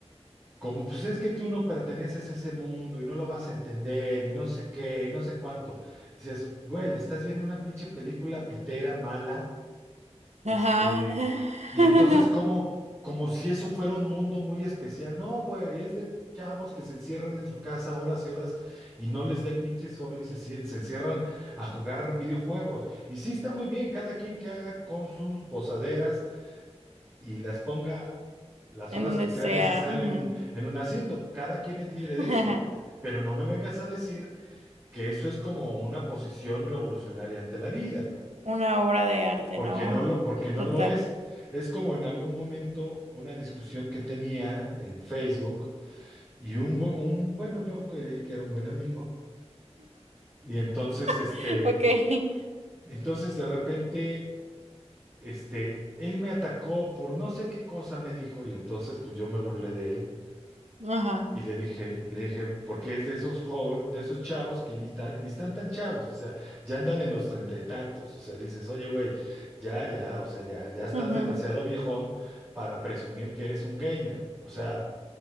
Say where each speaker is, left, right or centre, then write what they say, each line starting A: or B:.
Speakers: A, on the right; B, on the right.
A: Como pues es que tú no perteneces a ese mundo y no lo vas a entender y no sé qué y no sé cuánto. Dices, güey, estás viendo una pinche película pitera, mala, este,
B: Ajá. <laughs>
A: y entonces como, como si eso fuera un mundo muy especial. No, güey, es de chavos que se encierran en su casa horas y horas y no les da el pinche sol y se, cie- se encierran a jugar videojuegos. Y sí está muy bien, cada quien que haga con sus posaderas y las ponga las
B: En
A: horas
B: donde
A: que crea
B: sea.
A: necesario
B: ujú.
A: en un, en un asiento. Cada quien es libre de
B: <laughs>
A: eso. Pero no me vengas a decir que eso es como una posición revolucionaria ante la vida, cabrón.
B: Una obra de arte,
A: Porque
B: ¿no?
A: no lo, porque no
B: Total.
A: lo es. Es como en algún momento una discusión que tenía en Facebook y un, bu- un bueno, yo creí que era un buen amigo. Y entonces, este,
B: <laughs> Ok.
A: entonces de repente, este, él me atacó por no sé qué cosa me dijo y entonces pues yo me burlé de él.
B: Ajá.
A: Y le dije, le dije, porque es de esos jóvenes, de esos chavos que ni, tan- ni están tan chavos, o sea, ya andan en los treinta y tantos, o sea, dices, oye, güey, ya, ya, o sea, ya, ya estás
B: ujú.
A: demasiado viejón para presumir que eres un gamer, o sea,